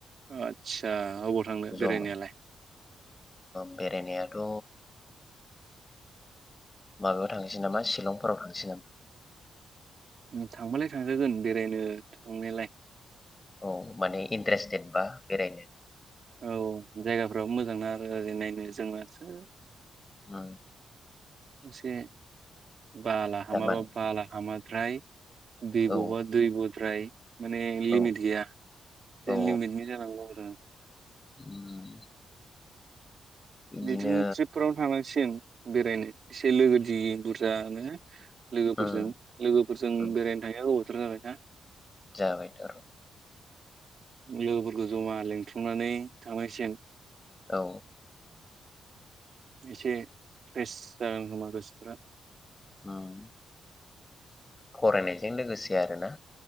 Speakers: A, on the right (about 55°); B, on the left (about 30°).
A: आदसा अबाव थांद
B: जमा
A: बेरायनायालाय?
B: बेरायनायाथ' माबायाव थांसै नामा सिलंफोरावांनोसै नामा
A: थांबालाय थांजागोन बेरायनो थांनायलाय।
B: औ माने इन्ट्रेस्टेद बा बेरायनो।
A: औ जायगाफ्राबो मोजां ना आरो ओरै नायनो जोंनासो
B: ओम।
A: एसे बाला हामाबा
B: थारमाने
A: बाला हामाद्राय दैबह
B: औ
A: बब दैबह द्राय माने लिमिट
B: औ
A: गैया ए
B: औ
A: लिमिटनि जानांगौ आरो।
B: उम। इदिनो
A: बिदिनो ट्रिपफोरावनो थांसिग बेरायनो एसे लोगो दि बुरजानो। लोगोफोरजों
B: उम
A: लोगोफोरजों
B: उम
A: बेरायनो थायो गोबावथ' जाबायना।
B: जाबाय थ आरो
A: लोगोफोरखौ जमा लिंथुमनानै थांनांसिगोन।
B: औ।
A: एसे फ्रेस जागोन खोमा गोसोफ्रा
B: उम फरायनायजों लोगोसे आरोना